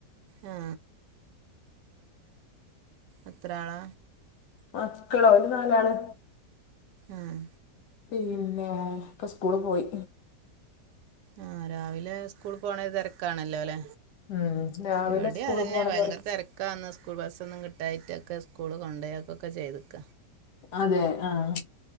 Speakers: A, on the right; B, on the left.
A: ആ എത്രളാ?
B: മക്കളോ <unintelligible> നാലാണ്.
A: ആഹ്
B: പിന്നെ <unintelligible> സ്കൂള് പോയി.
A: ആഹ് രാവിലെ സ്കൂൾ പോണ തിരക്കാണല്ലോല്ലേ അല്ലെ?
B: ഉം രാവിലെ
A: ഇവിടെ
B: സ്കൂള്
A: അതന്നെ
B: പോണ
A: ഭയങ്കര
B: തിരക്ക്
A: തെരക് ഇക്ക അന്ന് സ്കൂൾ ബസ്സൊന്നും കിട്ടായിട്ടൊക്കെ സ്കൂൾ കൊണ്ടോയി ആക്കൊക്കെ ചെയ്ത്ക്ക.
B: അതെ ആഹ്